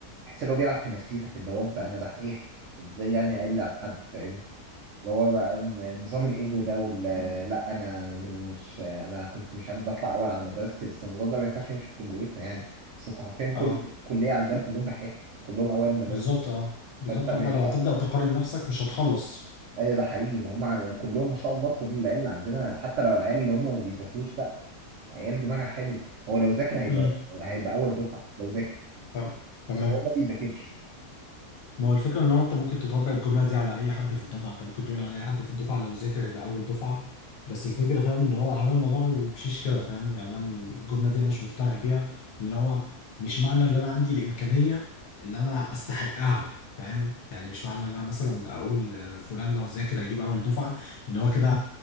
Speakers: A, on the right; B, on the left.
A: تحس ان هو بيلعب في نفسيتك اللي هو انت انا دحيح ازاي يعني اقل على حد فاهمني اللي هو بقى ن- نظام الايجو ده وال لا انا م- مش انا كنت مش عارف بطلع اول على مدرستي بس النظام ده ما ينفعش يمشي في كليتنا يعني بس انتوا حرفيا
B: اه
A: كل كليه عندنا كلهم دحيح كلهم اوائل المدرسه
B: بالظبط اه بالظبط
A: فانت ما
B: اه فلو
A: ينفعش
B: هتبدأ تقارن نفسك مش هتخلص
A: ايوه ده حقيقي هم ع- كلهم ما شاء الله كل العيال اللي عندنا حتى لو العيال اللي هم ما بيذاكروش لا عيال دماغها حلو هو لو ذاكر هيبقى
B: امم
A: هيبقى اول دفعه لو ذاكر
B: تمام تمام
A: بس هو ما بيذاكرش
B: ما هو الفكرة ان هو انت ممكن تطبق الجملة دي على اي حد في الدفعة انت ممكن تقول على اي حد في الدفعة لو ذاكر هيبقى اول دفعة بس الفكرة فاهم ان هو هو الموضوع ما بيمشيش كده فاهم يعني انا م- الجملة دي انا مش مقتنع بيها ان هو مش معنى ان انا عندي الامكانية اللي انا استحقها فاهم يعني مش معنى ان انا مثلا اقول آه، فلان لو ذاكر هيجيب اول دفعة ان هو كده